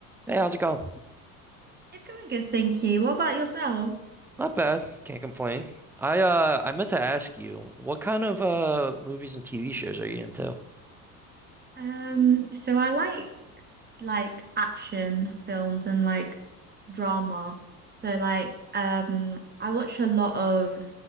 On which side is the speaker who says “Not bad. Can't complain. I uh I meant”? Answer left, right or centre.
Centre